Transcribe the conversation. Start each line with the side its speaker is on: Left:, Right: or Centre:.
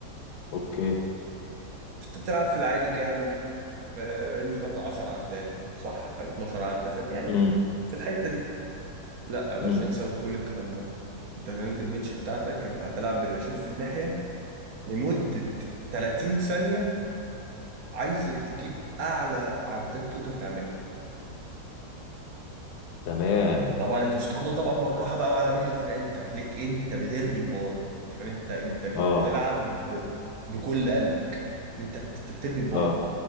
Left: اوكي
Right: انت بتلعب في العادي كام في رينج مثلا 10 عدات صح 12 عده في يعني
Left: امم
Right: في الحته دي لا يا باشا
Left: امم
Right: انسى كل الكلام ده انت تمرينة البنش بتاعتك انت هتلعب بال 20 في الناحيه لمدة 30 ثانية عايزك تجيب أعلى عداد تقدر تعملها
Left: تمام
Right: طبعا أنت مش هتاخدها طبعا بالراحة بقى وعلى مهلك لا أنت هتلاقيك أنت بترمي البار أنت فاهم أنت أنت بتلعب
Left: اه
Right: ب- بكل قلبك أنت بت- بترمي البار
Left: اه